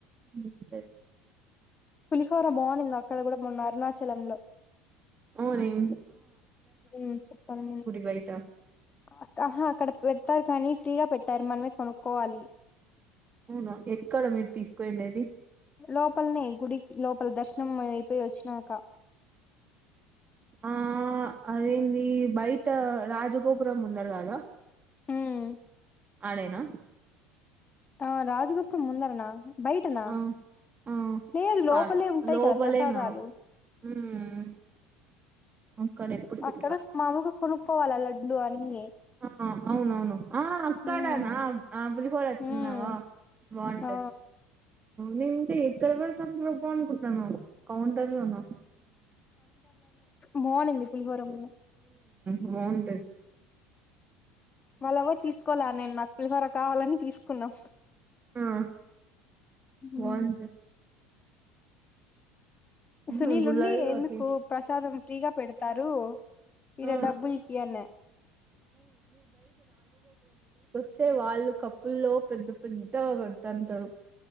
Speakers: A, on the right; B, on the left.
A: ఉమ్ లేద్
B: పులిహోర బావున్నింది అక్కడ కూడా మొన్న అరుణ చలమ్లో
A: ఔ నిమ్
B: ఉమ్ చెప్పన్ నీన్
A: బయట
B: అక్క హా అక్కడ పెడ్తారు కానీ ఫ్రీగా పెట్టార్ మనమే కొనుక్కోవాలి
A: అవును ఎక్కడ మీరు తీసుకోయిండేది
B: లోపలనే గుడికి లోపల దర్శనం అయిపోయి వచ్చినాక
A: ఆ అదేంది బయట రాజగోపురం ముందర కదా
B: ఉమ్
A: ఆడేనా
B: ఆ రాజగోపురం ముందారనా బయటనా
A: ఆ ఆ
B: లేదు లోపలే
A: కాదు
B: ఉంటాయి
A: లోపలేనా
B: కదా ప్రసాదాలు
A: మ్మ్ అక్కడ ఎప్పుడు
B: అక్కడ
A: తినలా
B: మామూగా కొను పోాల డ్డూ అని
A: ఆ అవునవును ఆ అక్కడనా
B: ఉమ్
A: ఆ పులిహోర వస్తున్నావా
B: ఉమ్
A: బాగుంటది
B: ఆ
A: నేను ఇంకా ఎక్కడ పెడతాను రుబ్బ అనుకుంటన్నానువు కౌంటర్ లోను
B: భా అ ఇంది పులిహోర అ
A: ఉవుంది
B: వాళ్ళ ఎవరు తీసుకోవాల నేను నక్కిలికర కావాలని తీసుకున్నాం
A: ఆ బంట
B: ఉమ్
A: ఉహు
B: సునీల్
A: గుళ్ళల్లో
B: ఉండి ఎందుకు
A: టేస్ట్
B: ప్రసాదం ఫ్రీగా పెడతారు ఇడ
A: ఆ
B: డబ్బులకి అన్న
A: సే వాళ్ళు కప్పుల్లో పెద్ద పెద్ద పడుతుంటారు